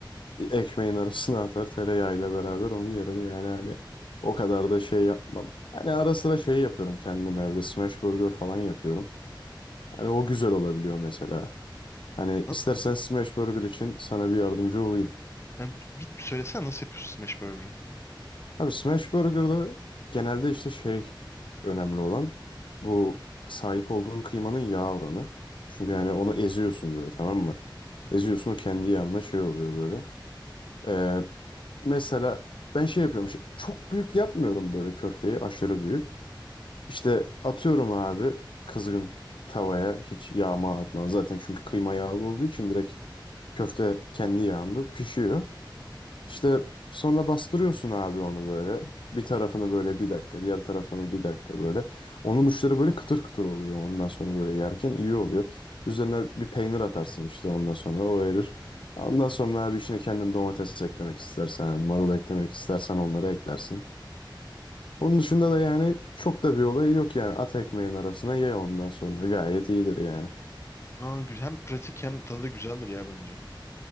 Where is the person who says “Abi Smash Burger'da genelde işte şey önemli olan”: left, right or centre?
Left